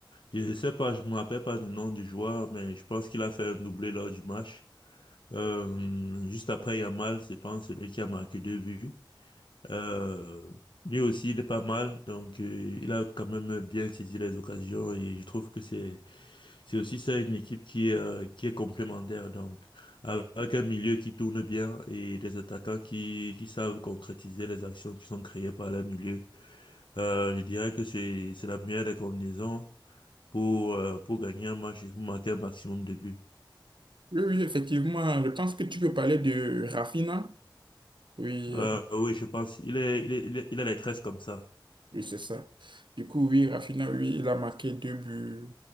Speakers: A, on the left; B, on the right.
A: Je ne sais pas, je me rappelle pas du nom du joueur, mais je pense qu'il a fait un doublé lors du match. Euh, juste après Yamal, c'est pas celui qui a marqué deux buts. Euh, lui aussi, il est pas mal, donc euh, il a quand même bien saisi les occasions et je trouve que c'est c'est aussi ça une équipe qui est, euh, qui est complémentaire, donc avec un milieu qui tourne bien et des attaquants qui, qui savent concrétiser les actions qui sont créées par le milieu. Euh, je dirais que c'est c'est la meilleure des combinaisons pour, euh, pour gagner un match et pour marquer un maximum de buts.
B: Oui, oui, effectivement, je pense que tu peux parler de Rafinha. Oui,
A: Euh, oui, je pense. Il est, il est, il est- il a les tresses comme ça.
B: oui, c'est ça. Du coup, oui, Rafinha, oui, il a marqué deux buts